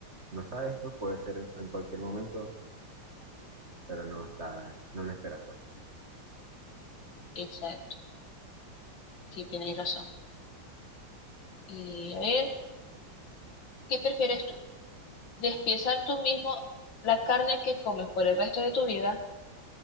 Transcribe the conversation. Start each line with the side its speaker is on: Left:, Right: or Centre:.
Right: no sabes, pues puede ser en en cualquier momento pero no está, no lo esperas, pues.
Left: Exacto. Sí, tienes razón. Y a ver, ¿qué prefieres tú? ¿Despiezar tú mismo la carne que comes por el resto de tu vida